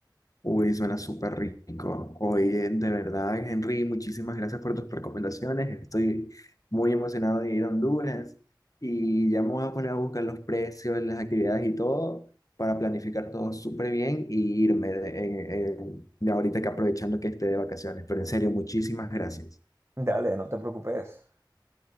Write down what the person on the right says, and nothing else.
Dale, no te preocupes.